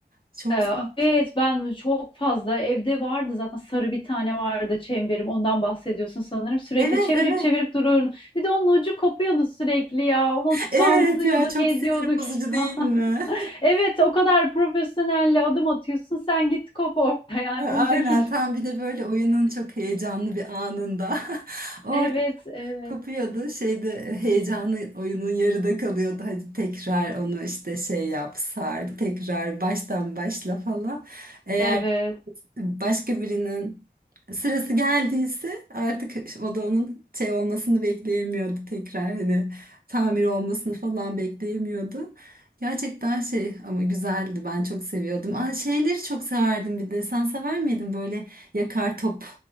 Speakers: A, on the right; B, on the left.
A: Çok
B: Ee,
A: zor.
B: evet ben çok fazla evde vardı zaten sarı bir tane vardı çemberim. Ondan bahsediyorsun sanırım. Sürekli
A: Evet,
B: çevirip
A: evet.
B: çevirip duruyordum. Bir de onun ucu kopuyordu sürekli ya. Onu
A: Evet
B: bantlıyorduk,
A: ya çok
B: ediyorduk.
A: sinir bozucu
B: <laughs>
A: değil mi?
B: Evet, o kadar profesyonelle adım atıyorsun. Sen git kop orada <laughs> yani
A: <laughs>
B: olacak
A: Aynen
B: iş.
A: tam
B: mi?
A: bir de böyle oyunun çok heyecanlı bir anında. <laughs> Orada
B: Evet, evet,
A: kopuyordu şeyde heyecanlı oyunun yarıda kalıyordu. Hadi tekrar onu işte şey yap sar tekrar baştan başla falan. Eğer
B: evet.
A: başka birinin sırası geldiyse artık o da onun şey olmasını bekleyemiyordu tekrar hani tamir olmasını falan bekleyemiyordu. Gerçekten şey ama güzeldi ben çok seviyordum. Aa, şeyleri çok severdim bir de sen sever miydin böyle yakar top